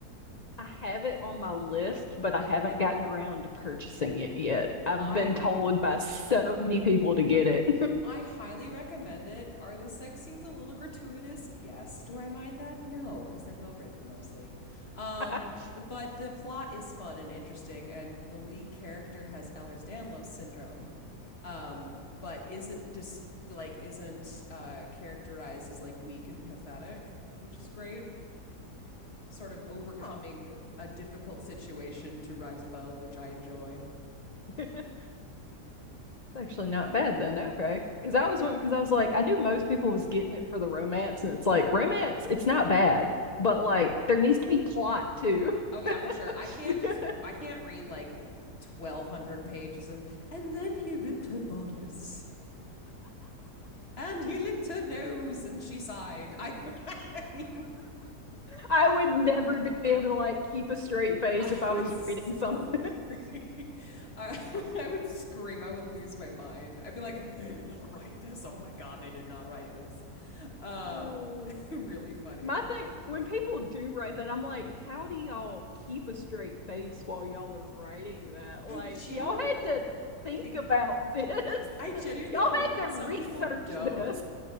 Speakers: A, on the left; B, on the left.
A: I have it on my list, but I haven't gotten around to purchasing it yet. I've
B: I
A: been told by so many people to get it.
B: I highly recommend it. Are the sex scenes a little gratuitous? Yes. Do I mind that? No, because they're well written mostly. Um,
A: <laughs>
B: but the plot is fun and interesting, and the lead character has Ehlers Danlos syndrome um, but isn't just like isn't uh, characterized as like weak and pathetic, which is great. Sort of overcoming
A: Oh,
B: a difficult situation to rise above, which I enjoy.
A: <laughs> it's actually not bad then. Okay. Because I was one, because I was like, I knew most people was getting it for the romance, and it's like, romance, it's not bad, but like, there needs to be plot too.
B: Oh yeah, for sure. I
A: <laughs>
B: can't just I can't read like twelve hundred pages of and then he ripped her bodice and he licked her nose and she sighed. <laughs> I, I mean
A: I would never be able to like keep a straight face
B: I
A: if I
B: would
A: was
B: scream.
A: reading something.
B: <laughs> I, I would scream. I would lose my mind. I'd be like, they did not write this. Oh my God, they did not write this. Um,
A: <laughs> My
B: <laughs> really funny.
A: thing, when people do write that, I'm like, how do y'all keep a straight face while y'all are writing that? Like,
B: I genuinely
A: y'all had to think
B: think,
A: about this. <laughs>
B: I genuinely
A: y'all
B: think that
A: had to
B: some
A: research
B: people don't.
A: this.